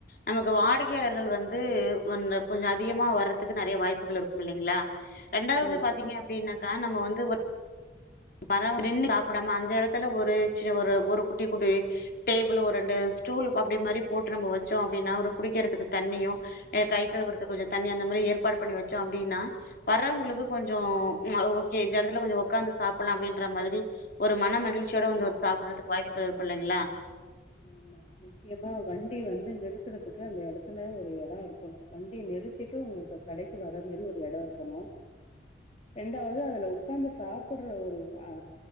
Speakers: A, on the left; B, on the left.
A: நமக்கு வாடிக்கையாளர்கள்
B: ம் ம்
A: வந்து வந் கொஞ்ச அதிகமா வர்றதுக்கு நறைய வாய்ப்புகள் இருக்கும் இல்லைங்ளா ரெண்டாவது
B: ம் ம்
A: பாத்தீங்க அப்படின்னாக்கா நம்ம வந் <inaudible> நின்னு போடாம அந்த எடத்துல ஒரு சின்ன ஒரு ஒரு குட்டி குட்டி டேபிளு ஒரு ரெண்டு ஸ்டூல் அப்டி மாரி போட்டு நம்ம வச்சோ அப்படின்னா ஒரு குடிக்கறதுக்கு தண்ணியு கை கழுவறதுக்கு கொஞ்ச தண்ணி அந்த
B: ம்
A: மாரி ஏற்பாடு பண்ணி வச் சோ அப்படின்னா வர்றவங்களுக்கு கொஞ்ச
B: ம் ம்
A: அ ஓகே இந்த எடத்துல கொஞ்ச ஒக்காந்து சாப் லா அப்படின்ற மாதிரி ஒரு மன மகிழ் ச்சியோட வந்து
B: ம்
A: சாப்படறதுக்கு வாய்ப்புகள் இ ருக்கில்லைங்ளா
B: ஆமா முக்கியமா வண்டி வந்து நிறுத்துறதுக்கு அந்த எடத்துல ஒரு எட இருக்கணு வண்டி நிறுத்திட்டு உங்கு கடைக்கு வர மாரி ஒரு எட இருக்கணு ரண்டாவது அதுல உக்காந்து சாப்படுற ஒரு அ